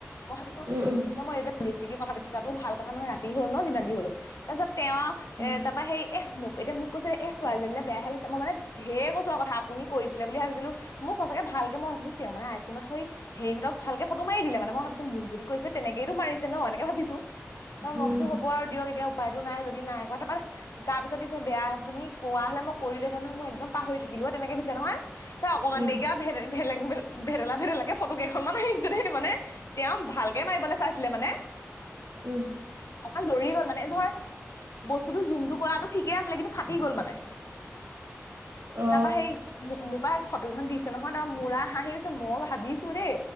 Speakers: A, on the left; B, on the right.
A: মই ভাবিছো,
B: উম উম
A: এতিয়া মই এইবিলাক বেছিকে কথা পাতি থকাটোও ভাল কথা নহয়, ৰাত তি হ'ল ন, যিমান যি হ'লেও, তাৰপিছত তেওঁ,
B: উম
A: এ তাৰপৰা হেৰি এহ ন'ক, এতিয়া মোক কৈছে দেই, এহ্ ছোৱালজনীলে বেয়াহে লাগিছে, মই মানে ঢেৰ কৈছো আৰু কথা, আপুনি কৈছিলে বুলিহে ভাবিছিলো, মোক সঁচাকে ভালকে মই ভাবিছোঁ, তেওঁ মানে আইফোনত সৈ হেৰিহঁতক ভালকে ফটো মাৰি দিলে মানে, মই ভাবিছো মোক যদি কৰিছে তেনেকেইতো মাৰিছে ন, এনেকে ভাবিছো। তাৰপিছত
B: উম
A: মই কৈছোঁ হ'ব আৰু দিয়ক, এতিয়া উপ উপায়তো নাই, যদি নাই <unintelligible> তাৰপিছত দিছ যে বেয়া, তুমি কোৱা হ'লে মই কৰিলোহেঁতেন নহয়, মই একদম পাহৰি থাকিলো অ', তেনেকে দিছে নহয়। তই অকমান
B: উম
A: দেৰিকে আৰু ভেদে ভেলেং-ভেদ, ভেদেলা ভেডেলাকে ফটো কেইখ <unintelligible> দেই মানে, তেওঁ ভালকে মাৰিবলৈ চাই ছিলে মানে।
B: উম।
A: অকণ লৰি গ'ল, মানে ধৰ বস্তুটো জুমটো কৰাটো ঠিকেই আছিলে, কিন্তু ফাটি গ'ল মানে।
B: অ
A: তাৰপৰা হেৰি মো-মোক পাই ফটোখন দিছে নহয়, তাৰ মোৰ আৰু হাঁহি উঠিছে, মই ভাবিছো দেই